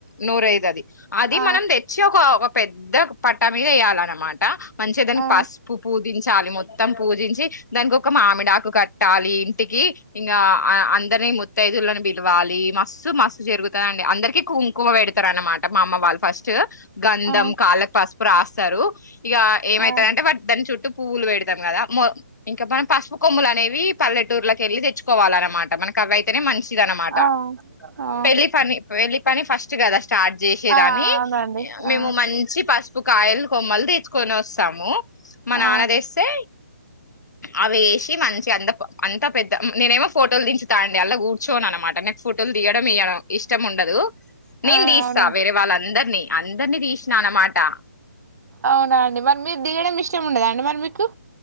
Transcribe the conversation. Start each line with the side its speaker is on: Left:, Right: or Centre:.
Left: నూరైతాది అది
Right: ఆ
Left: మనం తెచ్చి ఒక. పెద్ద పట్టా మీద వేయాలన్నమాట మంచిగా దానికి
Right: ఆ
Left: పసుపు పూస్. పూజించాలి. మొత్తం పూజించి, దానికి ఒక మామిడాకు కట్టాలి ఇంటికి. ఇంగ ఆహ్ అందరినీ మొత్. ముతైదులను పిలవాలి మస్త్ మస్త్ జరుగుతదండి అందరికి కుంకుమ పెడతారు అన్న మాట. మా అమ్మ వాళ్ళు ఫస్ట్ గంధం
Right: ఆ
Left: కాళ్ళకు పసుపు రాస్తారు. ఇక ఏమైతదంటే
Right: ఆ
Left: వాటి దాని చుట్టూ పువ్వులు పేడతాం కదా మొ ఇంకా మనం పసుపు కొమ్ములు అనేవి. పల్లెటూర్లోకెళ్ళి తెచ్చుకోవాలి అన్నమాట మనకు అవి అయితేనే మంచి. ఇదనమాట
Right: ఆ ఆ
Left: పెళ్లి పని వెళ్లి. కానీ ఫస్ట్ కదా స్టార్ట్ చేసేదాని
Right: ఆ అవునండి
Left: మేము
Right: ఆ
Left: మంచి పసు. కాయలు కొమ్మలు తీసుకొని వస్తాము. మా
Right: ఆ
Left: నాన్న తెస్తే అవి వేసి మంచిగా అంత. అంత పెద్ద నేనేమో ఫోటోలు దించుతా అండి అండ్ల కూర్చోను అనమాట నెక్స్ట్ ఫోటోలు దియడం ఇయ్యడం. ఇష్టం ఉండదు. నేను
Right: ఆ
Left: తీస్తా
Right: అవునా
Left: వేరే వాళ్ళ అందర్నీ అందరినీ తీసినా అన్నమాట.
Right: అవునా అండి మరి మీకు దిగడం ఇష్టం ఉండదా అండి మరి మీకి.